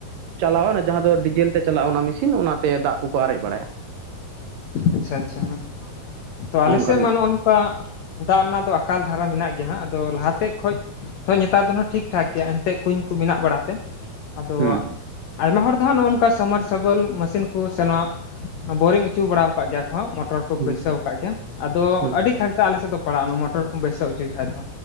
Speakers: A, on the right; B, on the left.
A: ᱪᱟᱞᱟᱣᱟ ᱡᱟᱦᱟᱸ ᱫᱚ ᱰᱤᱡᱮᱞ ᱛᱮ ᱪᱟᱞᱟᱜᱼᱟ ᱚᱱᱟ ᱢᱮᱥ ᱥᱤᱱ ᱚᱱᱟᱛᱮ ᱫᱟᱜ ᱠᱚᱠᱚ ᱟᱨᱮᱡ ᱵᱟᱲᱟᱭᱟ ᱾
B: ᱟᱪ-ᱪᱷᱟ ᱟᱪ-ᱪᱷᱟ, ᱛᱚ ᱟᱞᱮ
A: ᱱᱚᱝᱠᱟᱱ
B: ᱥᱮᱫ ᱢᱟ ᱱᱚ ᱠᱟ ᱫᱟᱜ ᱨᱮᱱᱟᱜ ᱫᱚ ᱟᱠᱟᱞ ᱫᱷᱟᱨᱟ ᱢᱮᱱᱟᱜ ᱜᱮᱭᱟ ᱦᱟᱸᱜ ᱟᱫᱚ ᱞᱟᱦᱟᱛᱮ ᱠᱷᱚᱡ ᱛᱚ ᱱᱮᱛᱟᱨ ᱫᱚ ᱦᱟᱸᱜ ᱴᱷᱤᱠ ᱴᱷᱟᱠ ᱜᱮᱭᱟ ᱮᱱᱛᱮᱫ ᱠᱩᱧ ᱠᱚ ᱢᱮᱱᱟᱜ ᱵᱟᱲᱟ ᱛᱮ, ᱾ ᱟᱫᱚ
A: ᱦᱩᱸ
B: ᱟᱭᱢᱟ ᱦᱚᱲ ᱫᱚ ᱦᱟᱸᱜ ᱱᱚᱜ-ᱚ ᱱᱚᱝᱠᱟ ᱥᱟᱢᱟᱨᱥᱵᱮᱞ ᱢᱮᱥᱤᱱ ᱠᱚ ᱥᱮ ᱱᱚᱣᱟ ᱵᱳᱨᱤᱝ ᱾ ᱦᱚᱪᱩ ᱵᱟᱲᱟ ᱠᱟᱜ ᱜᱮᱭᱟ ᱢᱚᱴᱚᱨ ᱠᱚ
A: ᱦᱩᱸ
B: ᱵᱟᱹᱭᱥᱟᱹᱣ ᱠᱟᱜ ᱜᱮᱭᱟ ᱟᱫᱚ
A: ᱦᱩᱸ
B: ᱟᱹᱰᱤ ᱠᱷᱚᱨ ᱟᱞᱮ ᱥᱮᱫ ᱫᱚ ᱯᱟᱲᱟᱜᱼᱟ ᱚᱱᱟ ᱢᱚᱴᱚᱨ ᱠᱚᱢ ᱵᱟᱹᱭᱥᱟᱹᱣ ᱦᱚᱪᱚᱭ ᱠᱷᱟᱡ ᱫᱚ